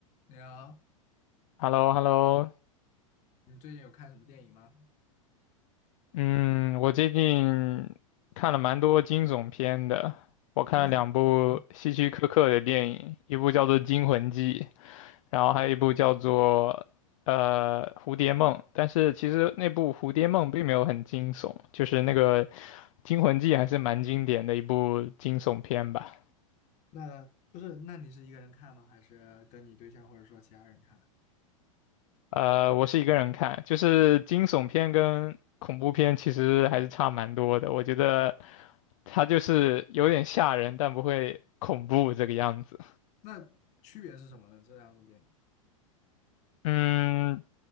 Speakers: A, on the left; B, on the left.
A: 你好，
B: h e l l o h e l l o
A: 你最近有看什么电影吗？
B: 嗯，我最近看了蛮多惊悚片的，我看了两部希区柯克的电影，
A: 惊悚片吗？
B: 一部叫做《惊魂记》，然后还有一部叫做呃《蝴蝶梦》，但是其实那部《蝴蝶梦》并没有很惊悚，就是那个《惊魂记》还是蛮经典的一部惊悚片吧。
A: 那不是，那你是一个人看吗？还是跟你对象或者说其他人看？
B: 呃，我是一个人看，就是惊悚片跟恐怖片其实还是差蛮多的。我觉得它就是有点吓人，但不会恐怖这个样子。
A: 那区别是什么呢？这两种电影？
B: 嗯，